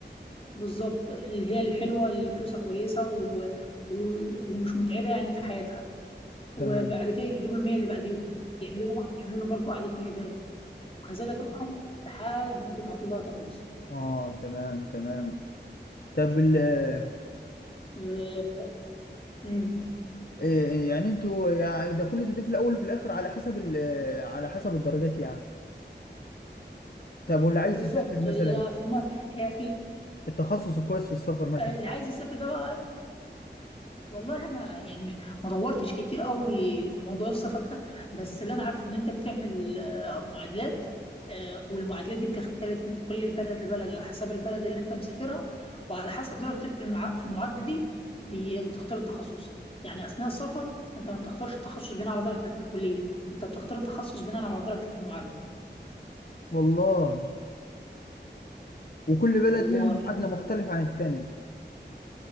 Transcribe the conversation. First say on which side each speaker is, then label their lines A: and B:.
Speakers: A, on the left; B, on the left.
A: بالظبط اللي هي الحلوة اللي فلوسها كويسة و... و- ومش متعبة يعني في حياتها وبعد
B: تمام
A: كده يجيبوا المية اللي بعديهم يعملوا لهم يعملوا لهم برضه قعدة نيابات وكذلك الأمر لحد ما الدفعة كلها تخلص
B: اه تمام تمام طب ال آه،
A: آه، ف- مم.
B: إيه يعني انتوا يعني ده كله تضيف في الاول وفي الاخر على حسب ال آه، على حسب الدرجات يعني طب واللي عايز
A: بالظبط
B: يسافر مثلا
A: هي في م- هي في
B: التخصص الكويس في السفر مثلا
A: آه، اللي عايز يسافر ده بقى والله انا يعني مش- ما دورتش كتير قوي في موضوع السفر ده بس اللي انا عارفه ان انت بتعمل آه، معادلات آه، والمعادلات دي بتختلف من كل بلد لبلد على حسب البلد اللي انت مسافرها وعلى حسب درجتك في المع... في المعادله دي بي- بتختار التخصص يعني اثناء السفر انت ما بتختارش التخصص بناء على درجتك في الكليه انت بتختار التخصص بناء على درجتك في المعادله
B: والله وكل بلد
A: والله
B: لها معادلة مختلفة عن التانية